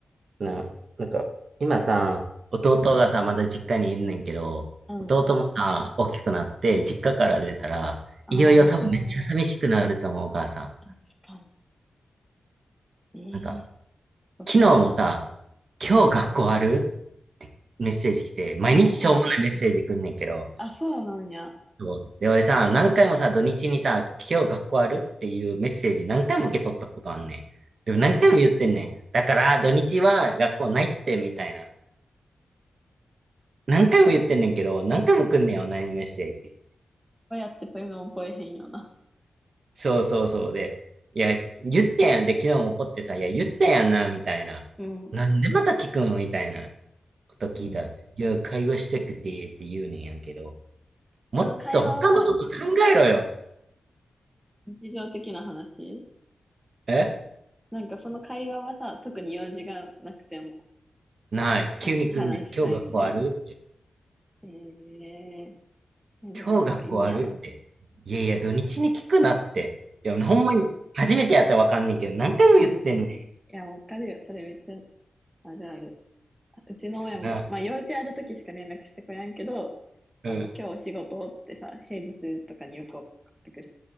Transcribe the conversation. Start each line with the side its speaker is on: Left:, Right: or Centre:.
Right: な、なんか今さ、弟がさ、まだ実家にいるねんけど、
Centre: う。うん。
Right: 弟もさ、大きくなって実家から出たら、
Centre: ああ、
Right: いよいよ多分めっちゃ寂しくなると思う、お母さん。
Centre: 確かに。ええ
Right: なんか、
Centre: そっか。
Right: 昨日もさ、今日学校あるメッセージ来て、毎日しょうもないメッセージ来んねんけど、
Centre: うんうん。あ、そうなんや。
Right: そう。で、俺さ、何回もさ、土日にさ、今日学校あるっていうメッセージ何回も受け取ったことあんねん。でも何回も言ってんねん。だから、土日は学校ないって、みたいな。何回も言ってんねんけど、何回も来んねんよ、同じメッセージ。
Centre: どうやってそういうの覚えへんよな。
Right: そうそうそうで。いや、言ってんやん。で、昨日も怒ってさ、いや、言ってんやんな、みたいな。
Centre: うん。
Right: なんでまた聞くんみたいなこと聞いたら、
Centre: うん。
Right: いや、会話したくて、って言うねんやんけど、もっと他のこと考えろよ。
Centre: その会話は日常的な話
Right: え
Centre: なんかその会話はさ、特に用事がなくても
Right: ない。
Centre: は話したいみたいな。
Right: 急に来んねん。今日学校あるって。
Centre: えええ、でもなんかいいやん。
Right: 今日学校あるって。いやいや、土日に聞くなって。いや、ほんまに、初めてやったらわかんねんけど、何回も言ってんね
Centre: うんうん。いや、わかるよ。それめっちゃあるある。うちの親もさ、
Right: んな。
Centre: まあ用事ある時しか連絡してこやんけど、
Right: うん。
Centre: あの、今日お仕事ってさ、平日とかによく送ってくる。